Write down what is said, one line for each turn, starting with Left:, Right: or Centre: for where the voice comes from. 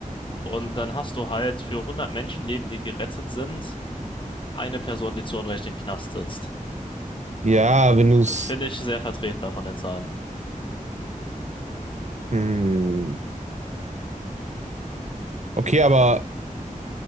Left: und dann hast du halt für hundert Menschenleben, die gerettet sind, eine Person, die zu Unrecht im Knast sitzt.
Right: Ja, wenn du es
Left: Finde ich sehr vertretbar von den Zahlen.
Right: Hm. Okay, aber